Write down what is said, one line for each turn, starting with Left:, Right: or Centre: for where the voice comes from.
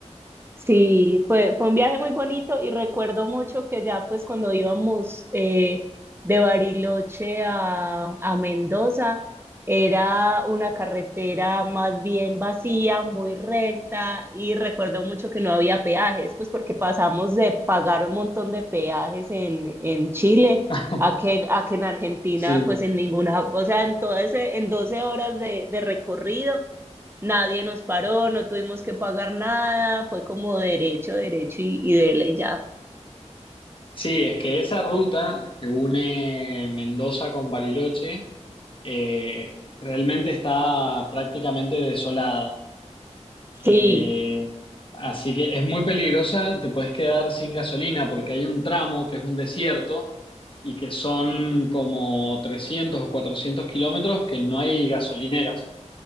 Right: Sí, fue, fue un viaje muy bonito y recuerdo mucho que ya pues cuando íbamos eh, de Bariloche a, a Mendoza, era una carretera más bien vacía, muy recta y recuerdo mucho que no había peajes, pues porque pasamos de pagar un montón de peajes en, en Chile
Left: <laughs>
Right: a que, a que en Argentina
Left: Sí.
Right: pues en ninguna, o sea, en todo ese, en 12 horas de de recorrido. Nadie nos paró, no tuvimos que pagar nada, fue como derecho, derecho y, y dele ya.
Left: Sí, es que esa ruta que une Mendoza con Bariloche eh, realmente está prácticamente desolada. Eh,
Right: Sí.
Left: así que es muy peligrosa, te puedes quedar sin gasolina porque hay un tramo que es un desierto y que son como 300 o 400 kilómetros que no hay gasolineras.